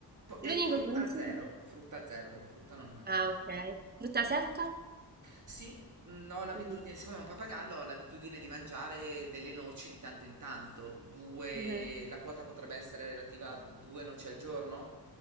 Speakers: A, on the right; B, on the right.
A: Po-
B: l'unico
A: e frutta
B: consiglio
A: zero, frutta zero perché frutta non ne mangio
B: ah,
A: proprio.
B: okay. Frutta secca?
A: Sì, mh, ho l'abitudine,
B: Mh-mh.
A: siccome è un papagallo, ho l'abitudine di mangiare delle noci di tanto in tanto. Due,
B: Mh-mh.
A: la quota potrebbe essere relativa a due noci al giorno,